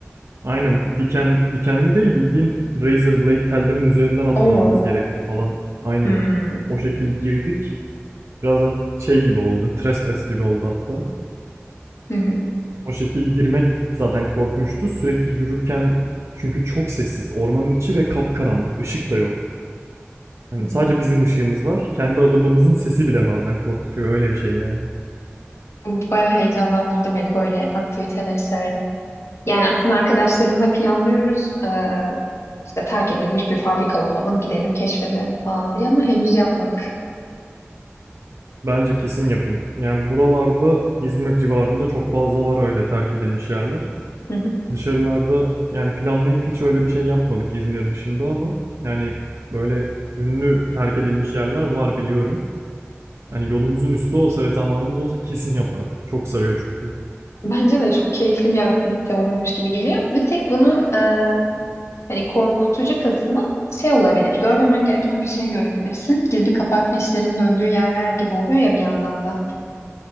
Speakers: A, on the right (about 65°); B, on the left (about 70°).
A: aynen diken dikenli değil bildiğin razor blade tellerin üzerinden atlamamız
B: Oo.
A: gerekti falan. Aynen
B: Hmm.
A: o şekil girdik. Birazdan şey gibi oldu, trespass gibi oldu hatta.
B: Hı hı.
A: O şekil girmek zaten korkunçtu. Sürekli yürürken çünkü çok sessiz. Ormanın içi ve kapkaranlık. Işık da yok. Hani
B: Hı hı.
A: sadece bizim ışığımız var. Kendi adımımızın sesi bile bazen korkutuyor. Öyle bir şey yani.
B: Bu Bayağı heyecanlandırdı beni. Böyle aktiviteleri severim. Yani aslında arkadaşlarımla planlıyoruz. Ee, işte terk edilmiş bir fabrika bulalım, gidelim keşfedelim falan diye ama henüz yapmadık.
A: Bence kesin yapın. Yani buralarda İzmir civarında çok fazla var öyle terk edilmiş yerler.
B: Hı hı.
A: Dışarılarda yani planlayıp hiç öyle bir şey yapmadık İzmir dışında ama yani böyle ünlü terk edilmiş yerler var biliyorum. Hani yolumuzun üstü olsa ve zamanımız olsa kesin yapardık. Çok sarıyor çünkü.
B: Bence de çok keyifli bir aktivite olurmuş gibi geliyor. Bir tek bunun e, hani korkutucu kısmı şey olabilir. Görmemen gereken bir şey görebilirsin. Gizli kapaklı işlerin döndüğü yerler gibi oluyor ya bir yandan da.